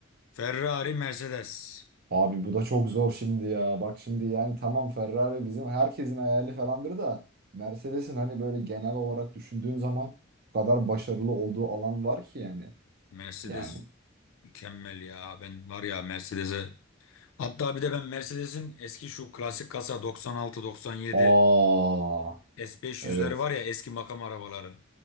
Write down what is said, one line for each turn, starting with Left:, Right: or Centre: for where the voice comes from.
Left: Ferrari Mercedes.
Right: Abi bu da çok zor şimdi ya. Bak şimdi yani tamam Ferrari bizim herkesin hayali falandır da Mercedes'in hani böyle genel olarak düşündüğün zaman bu kadar başarılı olduğu alan var ki yani.
Left: Mercedes
Right: Yani.
Left: mükemmel ya. Ben var ya Mercedes'e. Hatta bir de ben Mercedes'in eski şu klasik kasa 96-97
Right: Aa
Left: S500'leri
Right: evet.
Left: var ya eski makam arabaları.